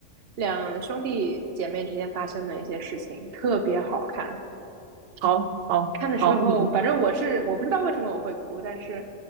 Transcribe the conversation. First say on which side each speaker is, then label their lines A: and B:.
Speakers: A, on the right; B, on the right.
A: 两兄弟姐妹之间发生的一些事情，特别好看。
B: 好，好，
A: 看的时候，
B: 好，嗯
A: 反正我是我不知道为什么我会哭，但是